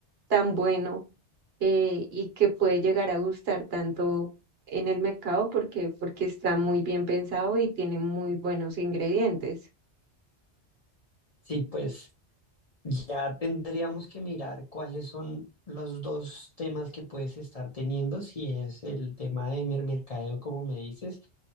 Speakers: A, on the right; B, on the left.
A: tan bueno eh, y que puede llegar a gustar tanto en el mercado porque, porque está muy bien pensado y tiene muy buenos ingredientes.
B: Sí, pues ya tendríamos que mirar cuáles son los dos temas que puedes estar teniendo, si es el tema de mer- mercadeo, como me dices,